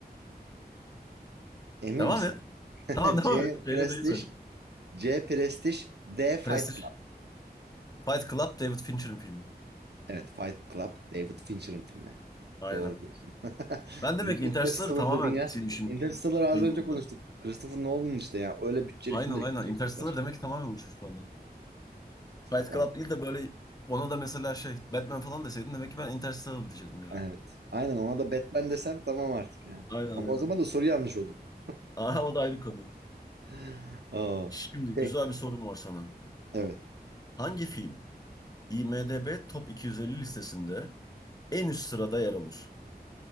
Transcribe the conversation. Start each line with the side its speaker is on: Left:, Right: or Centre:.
Right: Emin
Left: Devam
Right: misin?
Left: et.
Right: <laughs>
Left: Tamam devam
Right: C.
Left: et. Şeyle
Right: Prestige
Left: de iyi söyle.
Right: C. Prestige D. Fight
Left: Prestige. Fight Club David Fincher'ın filmi.
Right: Evet, Fight Club, David Fincher'ın filmi.
Left: Aynen.
Right: Doğru diyorsun. <laughs>
Left: Ben demek
Right: Niye
Left: ki Interstellar'ı
Right: Interstellar
Left: tamamen
Right: dedin ya?
Left: silmişim
Right: Interstellar az
Left: beynimden.
Right: önce konuştuk. Christopher Nolan işte ya. Öyle bütçeli
Left: Aynen
Right: filmleri
Left: aynen.
Right: kim çekecekler?
Left: Interstellar demek ki tamamen uçmuş benden. Fight
Right: Tamam.
Left: Club değil de böyle ona da mesela şey Batman falan deseydin demek ki ben Interstellar diyecektim gene.
Right: Evet. Aynen ona da Batman desen tamam artık yani.
Left: Aynen
Right: Ama
Left: aynen.
Right: o zaman da soru yanlış olurdu.
Left: Aa, o da ayrı konu.
Right: <laughs> Aa,
Left: Şimdi
Right: şey,
Left: güzel bir sorum var sana.
Right: evet.
Left: Hangi film IMDb Top 250 listesinde en üst sırada yer alır?